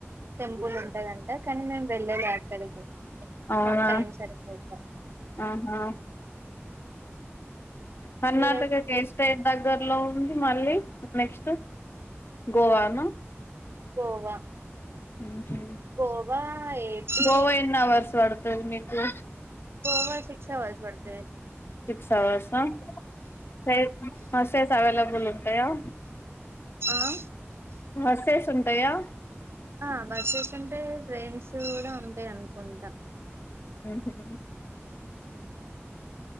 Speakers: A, on the right (about 60°); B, on the left (about 55°).
A: టెంపులుంటదంట. కానీ మేము వెళ్ళాలె అక్కడికి.
B: అవునా!
A: మాకు టైం సరిపోక
B: ఆహా. ! కర్ణాటక
A: మీరే
B: కేస్టైట్ దగ్గర్లో ఉంది మళ్ళీ నెక్స్ట్.? గోవాను.
A: గోవా.
B: ఊహూ.
A: గోవా ఏపీ
B: గోవా ఎన్ అవర్స్ వడుతది మీకు.?
A: గోవా సిక్స్ అవర్స్ బడుతది.
B: సిక్స్ అవర్సా. ! సే బస్సెస్ అవెలబ్. బులుంటయా.? !
A: ఆ.
B: బస్సెసుంటయా.?
A: ఆ బస్సెసుంటాయ్, ట్రైన్స్ గూడా ఉంటాయనుకుంటా. !
B: ఆహా.
A: ఉ